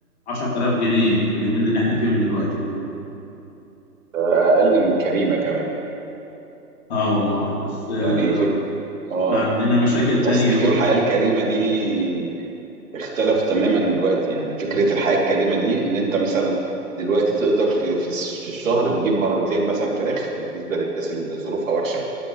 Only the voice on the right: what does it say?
ده اقل من كريمه كمان
يعني في اه
تصنيف
الحياه الكريمه دي اختلف تماما الوقت يعني فكرة الحياة الكريمة دي ان انت مثلا دلوقتي تقدر في في الس- في الشهر تجيب مرتين مثلا فراخ بالنسبة للناس اللي ظروفها وحشة